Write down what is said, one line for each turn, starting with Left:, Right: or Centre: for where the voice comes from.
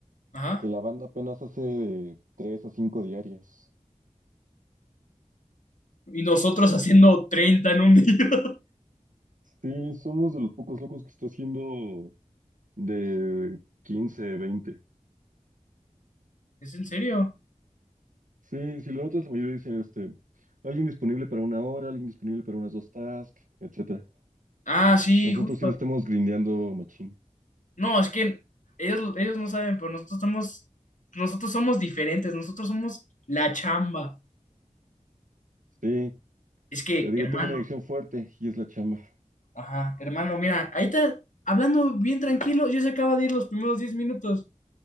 Left: ajá,
Right: que la banda apenas hace de tres a cinco diarias.
Left: y nosotros haciendo 30 en un día. <laughs>
Right: Sí, somos de los pocos locos que está haciendo de 15, 20.
Left: ¿Es en serio?
Right: Sí, si lo notas, la mayoría dicen este, alguien disponible para una hora, alguien disponible para unas dos tasks, etcétera.
Left: Ah, sí,
Right: Nosotros
Left: justo.
Right: sí le estamos grindeando machín.
Left: No, es que ellos, ellos no saben, pero nosotros estamos, nosotros somos diferentes, nosotros somos la chamba.
Right: Sí,
Left: Es que,
Right: te digo,
Left: hermano.
Right: tengo una adicción fuerte y es la chamba.
Left: Ajá, hermano, mira, ahí está hablando bien tranquilo, ya se acaba de ir los primeros 10 minutos.